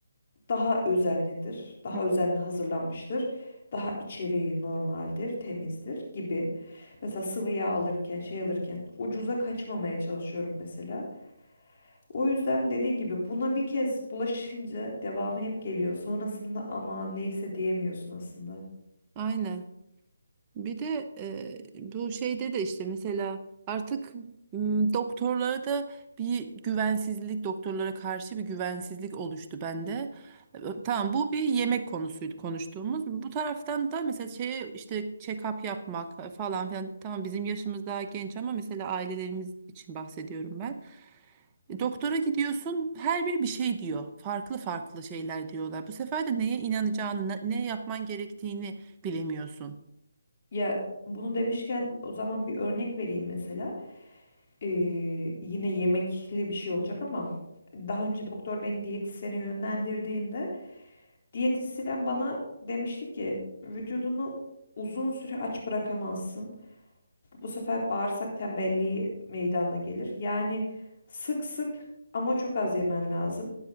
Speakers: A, on the left (about 45°); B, on the right (about 20°).
A: daha özenlidir, daha
B: Hı.
A: özenli hazırlanmıştır, daha içeriği normaldir, temizdir gibi. Mesela sıvı yağ alırken, şey alırken ucuza kaçmamaya çalışıyorum mesela. O yüzden dediğin gibi buna bir kez bulaşınca devamı hep geliyor. Sonrasında ama neyse diyemiyorsun aslında.
B: Aynen. Bir de e, bu şeyde de işte mesela artık m, doktorlara da bir güvensizlik, doktorlara karşı bir güvensizlik oluştu bende. E, Tamam bu bir yemek konusuydu konuştuğumuz. Bu taraftan da mesela şeye işte check-up yapmak e, falan filan. Tamam bizim yaşımız daha genç ama mesela ailelerimiz için bahsediyorum ben. E, doktora gidiyorsun her biri bir şey diyor. Farklı farklı şeyler diyorlar. Bu sefer de neye inanacağını, ne ne yapman gerektiğini bilemiyorsun.
A: Ya bunu demişken o zaman bir örnek vereyim mesela. Ee, yine yemekli bir şey olacak ama daha önce doktor beni diyetisyene yönlendirdiğinde Diyetisyen bana demişti ki vücudunu uzun süre aç bırakamazsın. Bu sefer bağırsak tembelliği meydana gelir. Yani sık sık ama çok az yemen lazım.